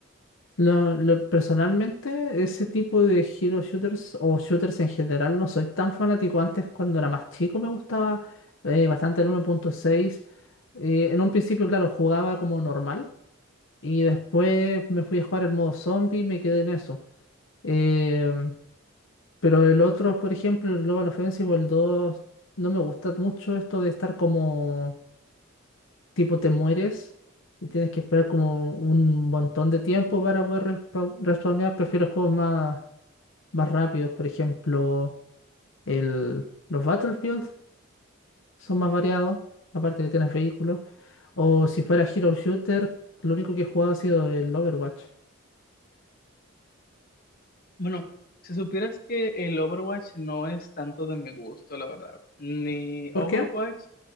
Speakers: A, on the left; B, on the left.
A: Lo, lo- personalmente, ese tipo de hero shooters o shooters en general no soy tan fanático. Antes, cuando era más chico, me gustaba eh, bastante el 1.6. Eh, en un principio, claro, jugaba como normal y después me fui a jugar el modo zombie y me quedé en eso. Em, pero el otro, por ejemplo, el Global Offensive o el 2 no me gusta mucho esto de estar como tipo te mueres y tienes que esperar como un montón de tiempo para poder respa- respawnear. Prefiero juegos más, más rápidos, por ejemplo, el, los Battlefield son más variados, aparte que tienes vehículos. O si fuera Hero Shooter, lo único que he jugado ha sido el Overwatch.
B: Bueno, si supieras que el Overwatch no es tanto de mi gusto, la verdad. Ni
A: ¿Por
B: Overwatch,
A: qué?